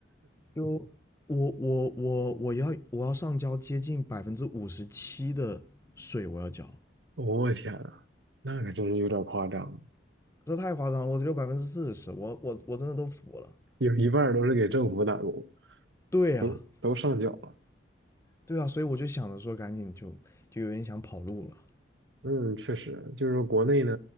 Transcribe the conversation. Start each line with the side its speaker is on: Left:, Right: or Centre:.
Left: 就我我我我要我要上交接近百分之五十七的税，我要交，
Right: 我天呐，那可真是有点夸张，
Left: 这太夸张了，我只有百分之四十，我我我真的都服了。
Right: 有一半儿都是给政府打工，
Left: 对呀、
Right: 都都上缴了。
Left: 对啊，所以我就想着说，赶紧就就有点想跑路了。
Right: 嗯，确实，就是说国内呢，